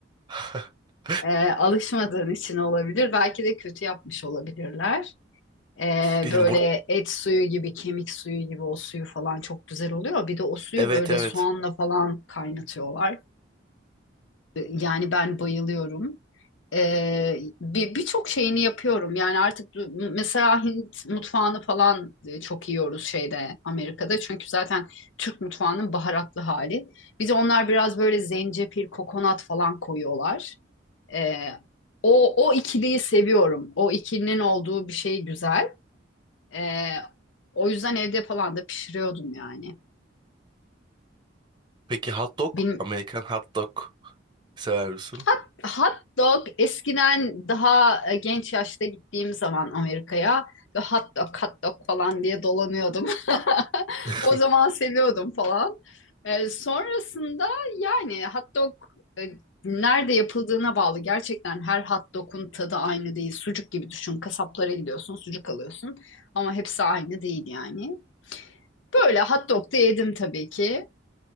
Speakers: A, on the right; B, on the left.
A: <laughs>
B: E, alışmadığın için olabilir. Belki de kötü yapmış olabilirler. E,
A: Bilmiyorum
B: böyle
A: bur
B: et suyu gibi, kemik suyu gibi o suyu falan çok güzel oluyor. Bir de o suyu
A: evet
B: böyle
A: evet.
B: soğanla falan kaynatıyorlar. E, Yani ben bayılıyorum. Ee, bir birçok şeyini yapıyorum. Yani artık du- mesela Hint mutfağını falan e, çok yiyoruz şeyde Amerika'da. Çünkü zaten Türk mutfağının baharatlı hali. Bir de onlar biraz böyle zencefil, kokonat falan koyuyorlar. Ee, o o ikiliyi seviyorum. O ikilinin olduğu bir şey güzel. Ee, o yüzden evde falan da pişiriyordum yani.
A: Peki hot dog?
B: Bil-
A: Amerikan hot dog sever misin?
B: Hot, hot dog eskiden daha e, genç yaşta gittiğim zaman Amerika'ya ve hot dog hot dog falan diye dolanıyordum. <laughs>
A: <laughs>
B: O zaman seviyordum falan. E, sonrasında yani hot dog e, nerede yapıldığına bağlı. Gerçekten her hot dog'un tadı aynı değil. Sucuk gibi düşün. Kasaplara gidiyorsun, sucuk alıyorsun. Ama hepsi aynı değil yani. Böyle hot dog da yedim tabii ki.